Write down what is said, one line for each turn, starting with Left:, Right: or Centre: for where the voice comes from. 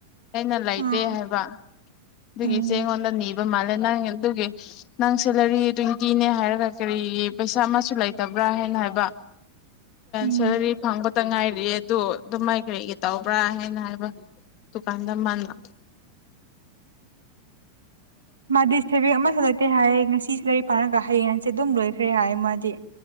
Left: ꯑꯩꯅ ꯂꯩꯇꯦ
Right: ꯑꯥ
Left: ꯍꯥꯏꯕ ꯑꯗꯨꯒꯤꯆꯦ
Right: ꯎꯝ
Left: ꯑꯩꯉꯣꯟꯗ ꯅꯤꯕ ꯃꯥꯜꯂꯦ ꯅꯪ ꯑꯗꯨꯒꯤ ꯅꯪ ꯁꯦꯂꯔꯤ ꯇ꯭ꯋꯦꯟꯇꯤꯅꯦ ꯍꯥꯏꯔꯒ ꯀꯔꯤꯒꯤ ꯄꯩꯁꯥ ꯑꯃꯁꯨ ꯂꯩꯇꯕ꯭ꯔꯥ ꯍꯥꯏꯅ ꯍꯥꯏꯕ
Right: ꯎꯝ
Left: ꯁꯔ ꯐꯪ <unintelligible> ꯇ ꯉꯥꯏꯔꯤꯑꯦ ꯑꯗꯣ ꯑꯗꯨ ꯃꯥꯏ ꯀꯔꯤꯒꯤ ꯇꯧꯕ꯭ꯔꯥ ꯍꯥꯏꯅ ꯍꯥꯏꯕ ꯗꯨꯀꯥꯟꯗꯃꯅ
Right: ꯃꯥꯗꯤ ꯁꯦꯕꯤ ꯑꯃ ꯐꯂꯛꯇꯦ ꯍꯥꯏꯌꯦ ꯉꯁꯤ <unintelligible> ꯐꯔꯒ ꯍꯌꯦꯡꯁꯦ ꯑꯗꯨꯝ ꯂꯣꯏꯈ꯭ꯔꯦ ꯍꯥꯏ ꯃꯥꯗꯤ